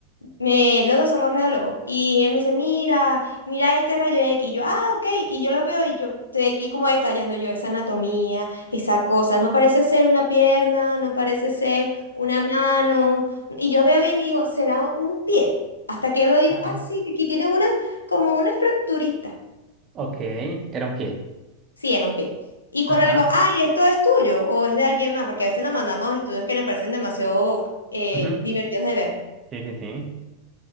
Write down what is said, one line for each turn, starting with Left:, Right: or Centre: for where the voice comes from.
Left: Me, los dos somos radiólogos. Y él me dice, mira, mira este rayo X. Y yo, ah, ok. Y yo lo veo y yo estoy aquí como detallando yo esa anatomía, esa cosa. No parece ser una pierna, no parece ser una mano. Y yo veo bien y digo, será un pie. Hasta que veo yo,
Right: Ajá,
Left: ah, sí, aquí tiene una, como una fracturita.
Right: Ok, era un pie.
Left: Sí, era un pie. Y cuando
Right: ajá.
Left: le digo, ay, esto es tuyo o es de alguien más, porque a veces nos mandamos estudios que nos parecen demasiado eh,
Right: ujú.
Left: divertidos de ver.
Right: Sí, sí, sí.